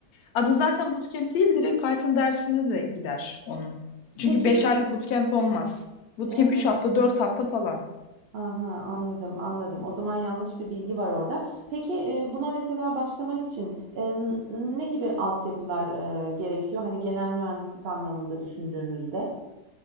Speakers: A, on the left; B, on the right.
A: adı zaten bootcamp değil direkt Python dersine de gider onun. Çünkü
B: Peki,
A: 5
B: ımm,
A: aylık bootcamp olmaz. Bootcamp
B: eee,
A: 3 hafta, 4 hafta falan.
B: aha, anladım, anladım. O zaman yanlış bir bilgi var orada. Peki, eee, buna mesela başlamak için, eee, n ne gibi altyapılar, eee, gerekiyor? Hani genel mühendislik anlamında düşündüğümüzde?